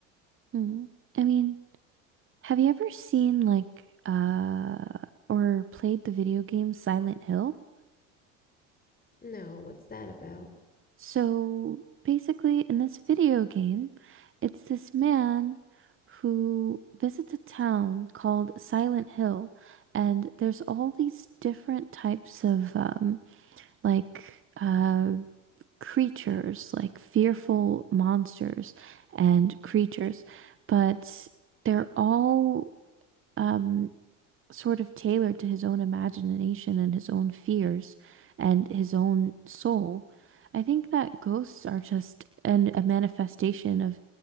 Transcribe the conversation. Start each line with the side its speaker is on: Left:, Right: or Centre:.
Right: Mhm. I mean, have you ever seen like uh or played the video game Silent Hill?
Left: No, what's that about?
Right: So basically, in this video game, it's this man who visits a town called Silent Hill, and there's all these different types of um, like uh, creatures, like fearful monsters and creatures, but they're all um, sort of tailored to his own imagination and his own fears and his own soul. I think that ghosts are just an, a manifestation of